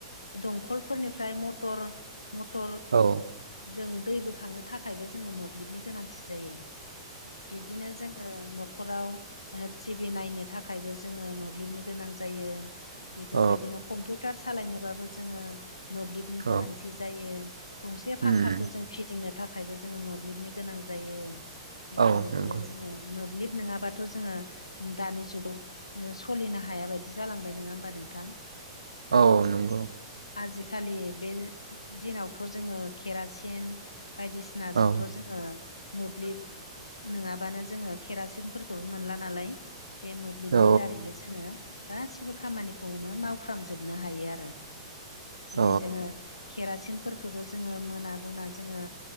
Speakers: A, on the left (about 80°); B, on the right (about 75°).
A: दंखलफोरनिफ्राय मटर मटर
B: औ
A: जों दै बोखांनो थाखायबो जोङो मोब्लिबनि गोनांथि जायो बिदिनो जोङो न'खराव टिभि नायनो थाखायबो जोङो मोब्लिबनि गोनां जायो बेफोरबायदिनो
B: औ
A: कम्पिउ टार सालायनोबाबो जोङो मोब्लिबनि
B: औ
A: गोनांथि जायो गंसे
B: उम
A: फांखाखौ जों फिदिंनो थाखायबो जोङो मोब्लिबनि गोनां जायो बेफोरबायदिनो
B: औ नंगौ
A: जोङो मोब्लिब नोङाबाथ' जोङो दानि जुगाव ओ सलिनो हाया बायदि जालांबाय नङा होमबा नोंथां
B: औ नंगौ
A: आजिखालि बे दिनावथ' जोङो केरासिन बायदिसिना सिना जोंथ'
B: औ
A: जोङो मोब्लिब नोङाबानो जोङो केरासिनफोरखौबो मोनला नालाय बे मोब्लिबनि
B: औ
A: दारैनो जोङो गासिबो खामानिखौनो माव फ्रामजोबनो हायो आरो बिदिनो
B: औ
A: जोङो केेरासिनफोरखौबो ज जोङो मोना गुना जोङो